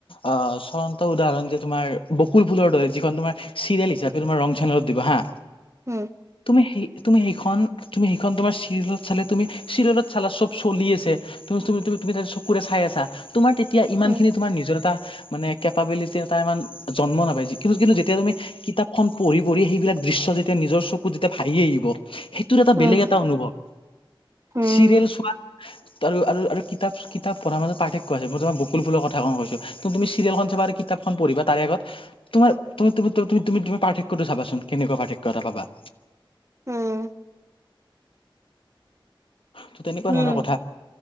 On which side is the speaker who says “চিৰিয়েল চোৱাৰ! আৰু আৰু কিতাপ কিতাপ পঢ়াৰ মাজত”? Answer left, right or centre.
Left